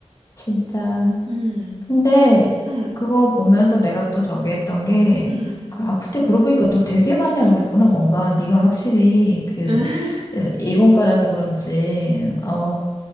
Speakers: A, on the left (about 30°); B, on the right (about 55°).
A: 진짜.
B: 음,
A: 근데
B: 음,
A: 그거 보면서 내가 또 저기 했던 게
B: 음,
A: 그- 아, 근데 그러고 보니까 너 되게 많이 알고 있구나. 뭔가 네가 확실히 그
B: <laughs>
A: 이공과라서 그런지 어